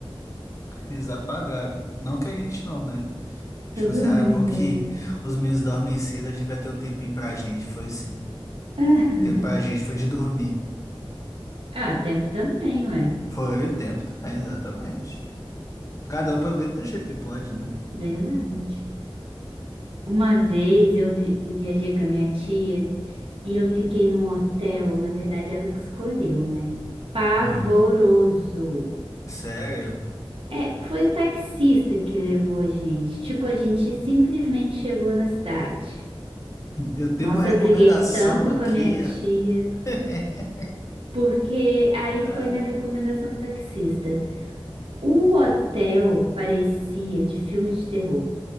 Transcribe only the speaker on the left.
Eles apagaram. Não que a gente não, né?
Tipo assim,
ah, é bom que
os meninos dormem cedo, a gente vai ter um tempinho pra gente. Foi assim
O tempo pra gente foi de dormir.
Foi o tempo também, exatamente. Cada um aproveita do jeito que pode, né?
Aham. Sério.
Eu tenho
uma recomendação
aqui.
<laughs>
Ah,